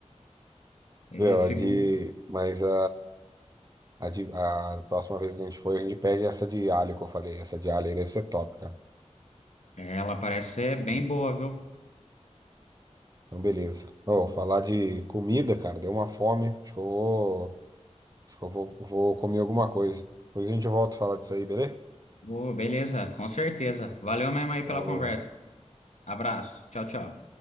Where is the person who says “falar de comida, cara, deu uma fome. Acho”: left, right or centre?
Right